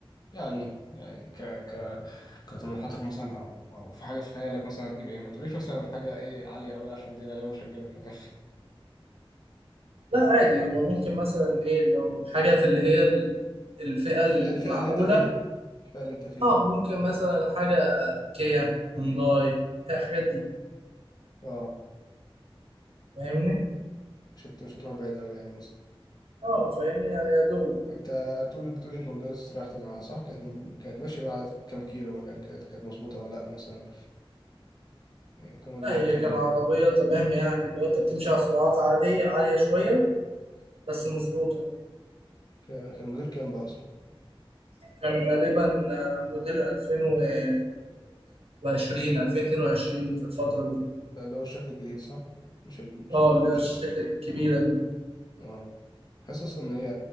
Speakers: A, on the left (about 45°); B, on the right (about 85°).
A: يعني يعني ك ك كطموحاتك مثلا او او في حاجه في خيالك مثلا هتجيب ايه ما تقوليش مثلا حاجه ايه عاليه قوي عشان دي غالبا مش هتجيبها يعني <laughs>
B: لا عادي هو ممكن مثلا إيه لو حاجة في اللي هي ال- الفئة
A: الف-
B: المعقولة
A: الفئه اللي انت فيها الفئه اللي انت فيها
B: اه
A: اه
B: ممكن مثلا حاجة كيا هونداي الحاجات دي
A: اه
B: فاهمني
A: مش هت... مش هتروح بعيد قوي يعني مثلا
B: اه فاهمني يعني يا دوب
A: انت تقول بتقولي الهونداي استريحت معاها صح كانت م- كانت ماشيه بعد كام كيلو ولا كانت كانت مظبوطه ولا لا مثلا يعني كان موديلها
B: لا هي
A: كام
B: كان عربية تمام يعني لو انت بتمشي على سرعات عادية عالية شوية بس مظبوطة
A: كان كان موديل كام بقى اصلا
B: كان غالبا آه، موديل 2020 2022 في الفترة دي
A: ده اللي هو الشكل الجديد صح مش ال... مش
B: اه
A: القديم
B: اللي
A: مش
B: هي الشكل
A: ال...
B: الكبيرة دي
A: اه حاسس اصلا ان هي